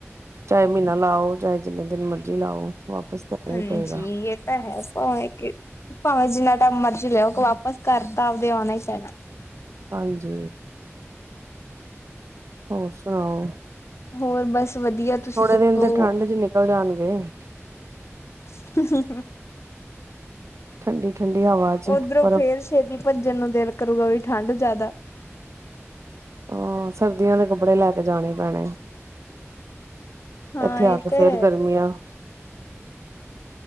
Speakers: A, on the right; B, on the left.
A: ਚਾਹੇ ਮਹੀਨਾ ਲਾਓ, ਚਾਹੇ ਜਿੰਨੇ ਦਿਨ ਮਰਜੀ ਲਾਓ। ਵਾਪਸ ਤਾਂ ਆਣਾ
B: ਹਾਂਜੀ
A: ਹੀ ਪਏਗਾ
B: ਇਹ ਤਾਂ ਹੈ ਤਾਂ ਹੈ ਕਿ, ਭਾਵੇਂ ਜਿੰਨਾ ਟਾਈਮ ਮਰਜ਼ੀ ਲੈ ਆਓ ਕਿ ਵਾਪਿਸ ਘਰ ਤਾ ਆਪਣਾ ਆਉਣਾ ਹੀ ਪੈਣਾ
A: ਹਾਂਜੀ, ਹੋਰ ਸੁਣਾਓ?
B: ਹੋਰ ਬਸ ਵਧੀਆ ਤੁਸੀਂ
A: ਥੋੜੇ
B: ਦੱਸੋ?
A: ਦਿਨ ਤੇ ਠੰਡ ਚ ਨਿਕਲ ਜਾਣਗੇ। ਤੇ,
B: <unintelligible> ਹੂੰ,
A: ਠੰਡੀ ਠੰਡੀ ਹਵਾ ਚ
B: ਉਓਧਰੋਂ
A: ਬਰਫ਼
B: ਫੇਰ ਛੇਤੀ ਭੱਜਣ ਨੂੰ ਦਿਲ ਕਰੂਗਾ ਵੀ ਠੰਢ ਜ਼ਿਆਦਾ।
A: ਹਾਂ ਸਰਦੀਆਂ ਦੇ ਕੱਪੜੇ ਲੈ ਕੇ ਜਾਣੇ ਪੈਣੇ
B: ਹਾਂ ਆਏ
A: ਇੱਥੇ ਆ ਕੇ
B: ਤੇ
A: ਫੇਰ
B: ਹੈ।
A: ਗਰਮੀਆਂ